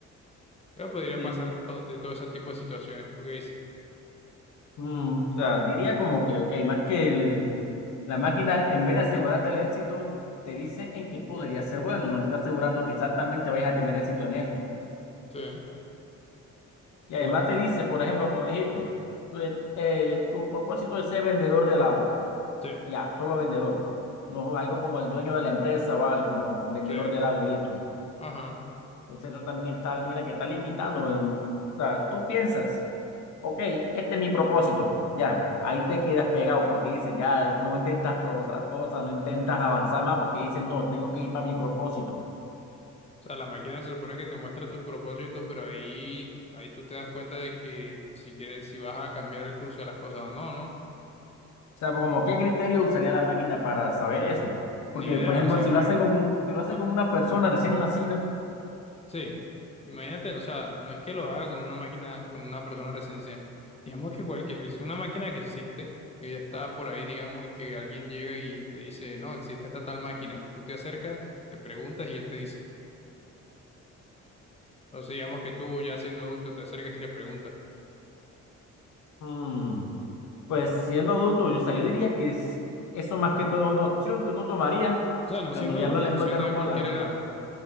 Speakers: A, on the left; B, on the left.
A: Yo podría
B: sí.
A: pasar to- de todo ese tipo de situaciones, ¿tú qué dices?
B: Mm, o sea, diría como que, ok, más que el- la máquina, en vez de asegurarte el éxito, te dice en qué podría ser bueno, no te está asegurando que exactamente vayas a tener éxito en eso.
A: Sí.
B: Y
A: Igual
B: además
A: te,
B: te dice, por ejemplo, como dijiste, tu, eh, tu propósito es ser vendedor de helado.
A: Sí,
B: Ya, solo vendedor. No algo como el dueño de la empresa o algo, no, vendedor
A: sí,
B: de helado y listo.
A: ajá.
B: Entonces eso también está, mira que está limitado. em. O sea, tú piensas, ok, este es mi propósito, ya, ahí te quedas pegado porque dices, ya no intentas probar otra cosa, no intentas avanzar más porque dices, no, tengo que ir para mi propósito.
A: O sea, la máquina se supone que te muestra tu propósito, pero ahí, ahí tú te das cuenta de que si quieres, si vas a cambiar el curso de las cosas o no, ¿no?
B: O sea, como qué criterio usaría la máquina para saber eso. Porque,
A: Ni idea,
B: por ejemplo,
A: o sea,
B: si
A: imagínate,
B: lo hacen con, un- si lo hacen
A: ah,
B: con una persona recién nacida.
A: sí, imagínate, o sea, no es que lo haga con una máquina, con una persona recién ciega. Digamos que cualquier, es una máquina que existe, que ya está por ahí, digamos, y que alguien llega y te dice, no, existe esta tal máquina. Tú te acercas, le preguntas y él te dice. Entonces, digamos que tú ya siendo adulto te acercas y le preguntas.
B: Mm, Pues siendo adulto, yo, o sea, yo diría que es- eso más que todo es una opción que uno tomaría
A: O sea, no
B: cuando
A: siendo
B: ya
A: adulto,
B: no le encuentre
A: siendo
B: rumbo
A: de cualquier
B: a la vida.
A: edad.